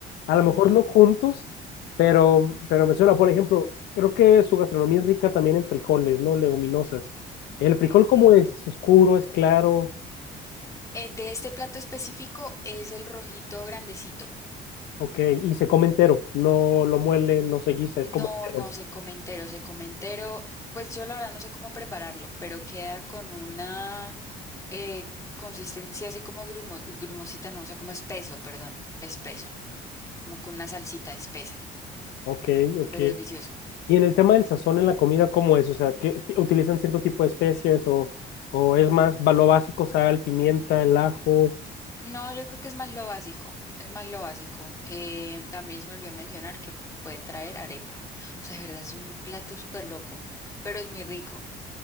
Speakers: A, on the left; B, on the left.
A: A
B: Ujú,
A: lo mejor no juntos, pero, pero me suena, por ejemplo, creo que su gastronomía es rica también en frijoles, ¿no? Leguminosas. ¿El frijol
B: ujú.
A: cómo es? es ¿Oscuro? ¿Es claro?
B: Eh, de este plato específico es el rojito grandecito.
A: Ok, y se come entero, no lo muele, no se guisa,
B: No,
A: es como entero.
B: no se come entero, se come entero. Pues yo la verdad no sé cómo prepararlo, pero queda con una eh, consistencia así como grumo, grumosita, no, o sea, como espeso, perdón, espeso, como con una salsita espesa,
A: Ok, ok.
B: pero delicioso.
A: Y en el tema del sazón en la comida, ¿cómo es? O sea, ¿qué- t- ¿utilizan cierto tipo de especies o, o es más va- lo básico, sal, pimienta, el ajo?
B: No, yo creo que es más lo básico, es más lo básico. Eh, también se me olvidó mencionar que puede traer arepa. O sea, de verdad es un plato súper loco, pero es muy rico,